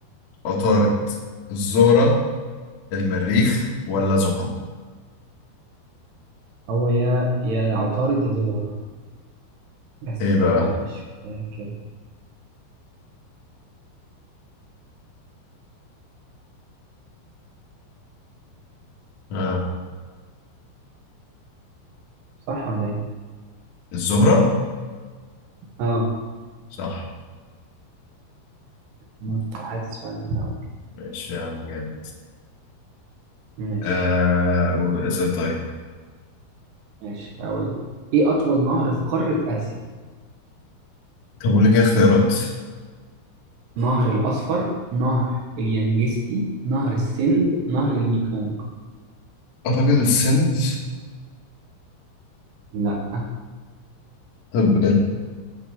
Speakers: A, on the left (about 70°); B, on the right (about 75°).
A: عطارد الزهرة المريخ ولا زحل
B: هو يا يا عطارد يا زهرة بس
A: ايه بقى
B: انا مش فاكر
A: آه.
B: صح ولا ايه؟
A: الزهرة
B: اه
A: صح
B: انا كنت حاسس فعلا من الاول
A: ماشي يا عم جامد
B: ماشي
A: آه وإزاي طيب
B: ماشي هقول لك ايه اطول نهر في قارة اسيا؟
A: طب أقول لك إيه اختيارات
B: نهر الاصفر نهر اليانجستي نهر السند نهر الميكونغ
A: أعتقد السندز
B: لا
A: طب